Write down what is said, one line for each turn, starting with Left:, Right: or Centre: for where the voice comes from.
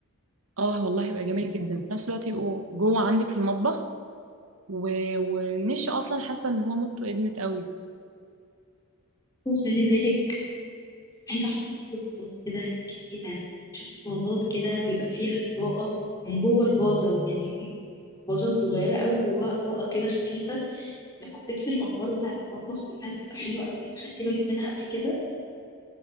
Right: اه والله يبقى جميل جدا في نفس الوقت يبقوا جوه عندك في المطبخ و... والنش اصلا حاسه ان هو مدته ادمت قوي
Left: خلي بالك عايزة أحط فازات كده جديدة شفت فازات كده بيبقى فيها إضاءة من جوه الفازة يعني فازة صغيرة أوي جواها إضاءة كده خفيفة لما بتطفي الأنوار بتاعة المطبخ كلها بتبقى حلوة أوي خدتي بالك منها قبل كده